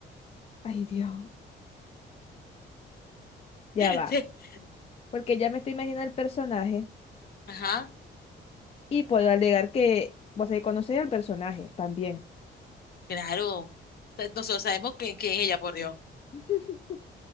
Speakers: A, on the left (about 30°); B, on the left (about 50°).
A: Ay, Dios. Ya
B: <laughs>
A: va. Porque ya me estoy imaginando el personaje
B: Ajá,
A: y puedo alegar que vos ahí conocéis al personaje también.
B: claro. Entonces, Nosotros sabemos que, que es ella, por Dios.
A: <laughs>